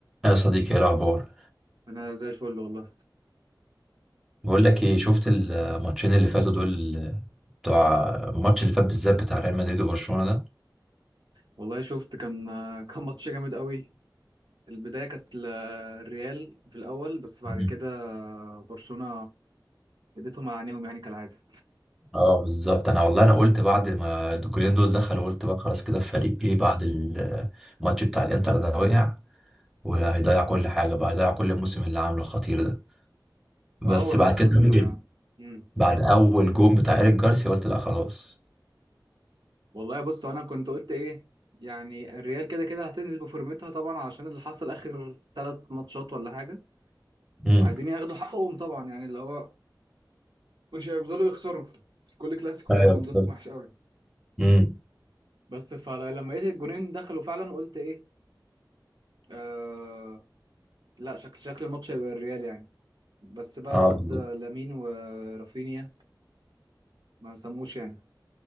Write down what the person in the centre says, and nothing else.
يا صديقي ايه الاخبار
بقول لك ايه شفت الماتشين اللي فاتوا دول بتوع الماتش اللي فات بالذات بتاع ريال مدريد وبرشلونة ده
مم.
اه بالظبط انا والله انا قلت بعد ما الجولين دول دخلوا قلت بقى خلاص كده الفريق ايه بعد الماتش بتاع الانتر ده وقع وهيضيع كل حاجه بقى هيضيع كل الموسم اللي عامله الخطير ده بس
بعد
كده أوكي.
بعد اول جون بتاع ايريك جارسيا قلت لا خلاص
امم
ايوه
بالظبط
امم
اه
بالظبط